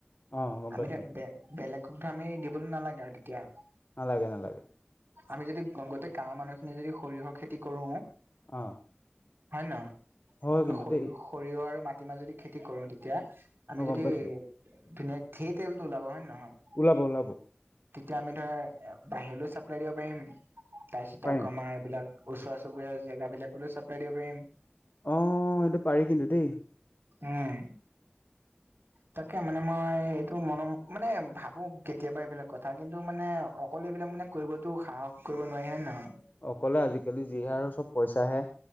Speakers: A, on the left; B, on the right.
A: অ গম
B: আমি
A: পাইছো
B: এতিয়া বে বেলেগক ধৰ আমি দিবলৈ নালাগে আৰু তেতিয়া।
A: নালাগে, নালাগে।
B: আমি যদি গোটেই গাঁৱৰ মানুহখিনিয়ে যদি সৰিয়হৰ খেতি কৰো
A: অ।
B: হয়নে নহয়!
A: হয়
B: ত,
A: কিন্তু
B: সৰিয়হ,
A: দেই
B: সৰিয়হ আৰু মাটিমাহ যদি খেতি কৰো, তেতিয়া আমি
A: অ
B: যদি
A: গম পাইছো
B: ধুনীয়া, ধেৰ তেলটো ওলাব হয়নে নহয়!
A: ওলাব, ওলাব।
B: তেতিয়া আমি ধৰা, বাহিৰলৈও চাপ্লাই দিব পাৰিম, তাৰপিছত
A: পাৰিম
B: আকৌ আমাৰ এইবিলাক ওচৰ চুবুৰীয়া জেগা বিলাকলৈও চাপ্লাই দিব পাৰিম
A: অ এইটো পাৰি কিন্তু দেই
B: উম
A: <unintelligible>
B: তাকে মানে মই এইটো মন মানে ভাবো কেতিয়াবা এইবিলাক কথা কিন্তু মানে অকলে এইবিলাক মানে কৰিবতো সাহস কৰিব নোৱাৰি হয় নহয়
A: অকলে আজিকালি যিহে আৰু চব পইচাহে